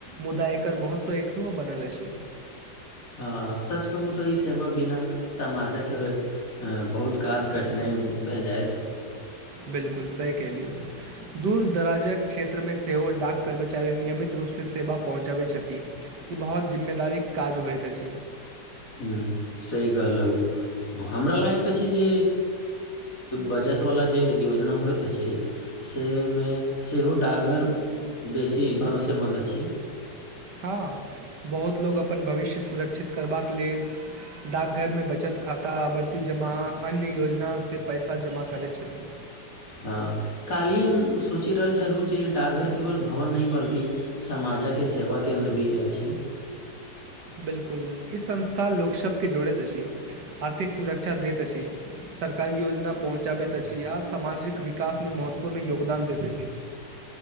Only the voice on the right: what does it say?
मुदा एकर महत्व एखनहुँ बनल छै।
बिल्कूल सही कै लियौ दूर दराजक क्षेत्रमे सेहो डाक कर्मचारी नियमित रूपसँ सेवा पहुँचबैत छथि। ई बहुत जिम्मेदारीक काज होइत अछि।
हँ, बहुत लोक अपन भविष्य सुरक्षित करबाक लेल। डाकघरमे बचत खाता, आवर्ती जमा, अन्य योजनासँ पैसा जमा करैत छथिन।
बिल्कुल, ई संस्था लोकसभकेँ जोड़ैत अछि, आर्थिक सुरक्षा दैत अछि। सरकारी योजना पहुँचबैत अछि आ सामाजिक विकासमे महत्वपूर्ण योगदान दैत अछि।